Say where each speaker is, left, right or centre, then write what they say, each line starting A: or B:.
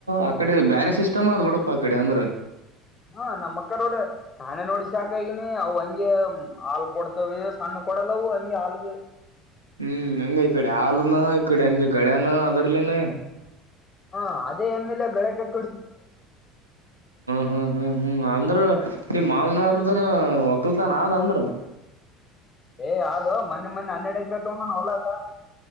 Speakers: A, on the right; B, on the left.
A: ಆಕಡೆ ಬ್ಯಾರಜ್ ಸಿಸ್ಟಮ್ ಅದ್ ಬುಡಪ್ಪ ಅ ಕಡೆ ಅಂದ್ರ
B: ಹಾ ನಮ್ ಅಕ್ಕರ ಅವ್ರ ಸಾನೆ ನೋಡಿಸಾಕಗನಿ ಅವ ಹಂಗೆ ಹಾಲ್ ಕೊಡ್ತವ ಸಣ್ಣ ಕೊ ಕೊಡಲ ಹಗೆ ಆಲ್ಗ
A: ಹ್ಮ್ ಹೆಂಗಗೆ ಈ ಕಡೆ ಹಾಲನಾ
B: ಅದೇ-
A: ಈಕಡೆ ಹಂಗೆ ಳ್ಯಾನ ಅದ್ರಲೇನೆ
B: ಹಾ ಅದೇ ಎಮೇಲೆ ಗಳೆ ಕಟ್ಟ
A: ಹ್ಮ ಹ್ಮ್ ಹ್ಮ್ ಹ್ಮ್ ಆ ಅಂದ್ರ ನಿಮ್ ಮಾಮನವ್ರದನ್ ಒಕ್ಕಲ್ ತನ್ ಆದ ಅಂದ್ರ
B: ಏ ಯದು ಮೊನ್ನೆ ಮೊನ್ನೆ ಹನ್ನೆಡು ಎಗ್ರ ತಂಗಾನ ಹೊಲಾತ